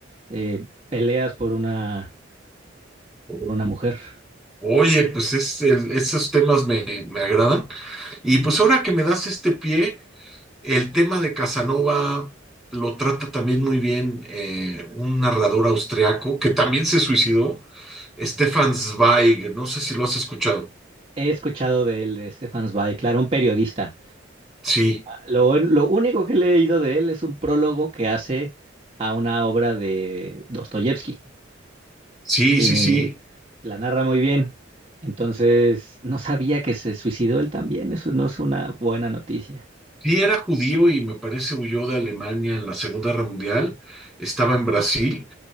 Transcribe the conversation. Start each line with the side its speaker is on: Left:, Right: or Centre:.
Right: eh, peleas por una,
Centre: Ok.
Right: por una mujer.
Centre: Oye, pues es el- esos temas me, me agradan. Y pues ahora que me das este pie, el tema de Casanova lo trata también muy bien eh, un narrador austriaco que también se suicidó, Stefan Zweig, no sé si lo has escuchado.
Right: He escuchado de él, de Stefan Zweig, claro, un periodista.
Centre: Sí,
Right: Lo, un- lo único que he leído de él es un prólogo que hace a una obra de Dostoyevsky.
Centre: sí,
Right: Y
Centre: sí, sí.
Right: la narra muy bien. Entonces, no sabía que se suicidó él también. Eso no es una buena noticia.
Centre: Sí, era judío y me parece huyó de Alemania en la Segunda Guerra Mundial, estaba en Brasil.